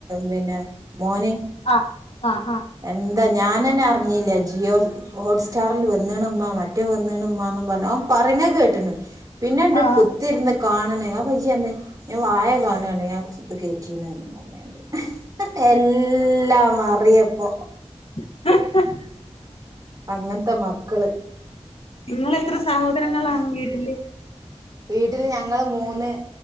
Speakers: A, on the right; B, on the left.
A: പിന്നെ മോന്
B: ആ ആഹ് ആഹ്
A: എന്താ ഞാനന്നെ അറിഞ്ഞില്ല ജിയോ ഹോട്ട് സ്റ്റാറിൽ വന്നേണുമ്മാ മറ്റേ വന്നേണുമ്മാ ന്നു പറഞ്ഞു അവൻ പറയണ കേട്ട് ട്ട്ണ് പിന്നെണ്ട്
B: ആ
A: പു കുത്തിരുന്ന് കാണ് ണ് അപജിർഞ്ഞി ഞാൻ വായ കാണാണ് ഞഇത് കേറ്റീണ്ന്ന് എല്ലാംമറിയപ്പൊ.
B: <inaudible>
A: അങ്ങൻത്തെ മക്കള്.
B: നിങ്ങെത്ര സഹോദരങ്ങളാണ് വീട്ടില്.
A: വീട്ടില് ഞങ്ങള് മൂന്ന്